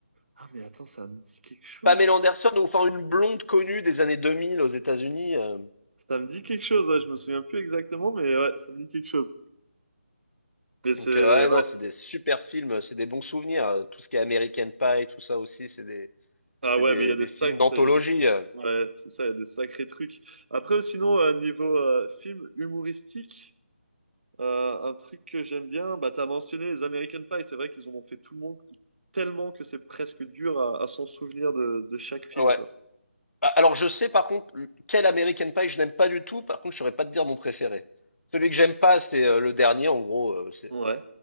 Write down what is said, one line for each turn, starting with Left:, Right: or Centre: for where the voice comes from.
Right: Ah mais attends, ça me dit quelque chose.
Left: Pamela Anderson, ou enfin une blonde connue des années 2000 aux États-Unis. euh.
Right: Ça me dit quelque chose, ouais, je me souviens plus exactement, mais ouais, ça me dit quelque chose. Mais c'est
Left: Donc, euh, ouais,
Right: ouais.
Left: non, c'est des super films, c'est des bons souvenirs. euh, Tout ce qui est American Pie, tout ça aussi, c'est des,
Right: Ah
Left: c'est
Right: ouais,
Left: des,
Right: mais il y a des
Left: des
Right: sacs,
Left: films d'anthologie.
Right: ça, il y a des...
Left: euh.
Right: ouais, c'est ça, il y a des sacrés trucs. Après, sinon, euh, niveau euh, film humoristique, euh, un truc que j'aime bien, bah t'as mentionné les American Pie, c'est vrai qu'ils en ont fait tout le monde tellement que c'est presque dur à, à s'en souvenir de, de chaque film,
Left: Ouais.
Right: quoi.
Left: Ah, Alors, je sais par contre quel American Pie je n'aime pas du tout. Par contre, je saurais pas te dire mon préféré. Celui que j'aime pas, c'est euh, le dernier. En gros, euh, c'est
Right: Ouais.